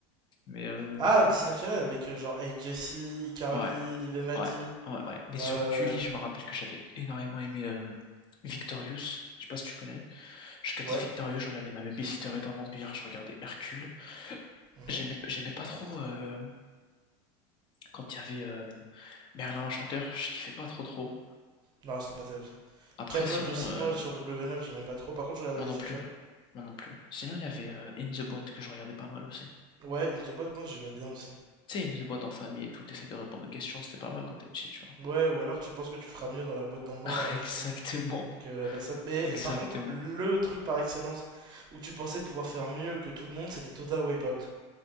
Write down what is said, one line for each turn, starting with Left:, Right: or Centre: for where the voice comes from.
Left: Mais euh,
Right: Ah, Disney Channel avec euh, genre Hey Jesse, iCarly,
Left: ouais,
Right: Liv et Maddie.
Left: ouais, ouais, ouais. Mais
Right: Ouais,
Left: sur
Right: ouais,
Left: Gulli, je me rappelle que j'avais énormément aimé euh, Victorious. Je sais pas si tu connais. Je regardais
Right: ouais.
Left: Victorious,
Right: Ouais.
Left: je regardais Ma Babysitter est un vampire, je regardais Hercule.
Right: Mhm.
Left: J'aimais, j'aimais pas trop euh, quand il y avait euh, Merlin l'Enchanteur, je kiffais pas trop trop.
Right: Non, c'était pas terrible ça.
Left: Après,
Right: Camelot
Left: sinon,
Right: aussi,
Left: euh,
Right: moi, sur W9, j'aimais pas trop. Par contre, je regardais
Left: moi
Right: les
Left: non
Right: Simpsons.
Left: plus, moi non plus. Sinon, il y avait euh, In the Boîte que je regardais pas mal aussi.
Right: Ouais, Into Boîte, moi, j'aimais bien aussi.
Left: Tu sais, ils nous déboîtent en famille et tout, t'essayes de répondre aux questions, c'était pas mal quand t'es petit, tu vois.
Right: Ouais, ou alors tu penses que tu feras mieux dans la boîte dans le noir,
Left: <laughs>
Right: là,
Left: Exactement,
Right: à chaque fois, que la personne. Mais
Left: exactement.
Right: par contre, le truc par excellence où tu pensais pouvoir faire mieux que tout le monde, c'était Total Wipeout.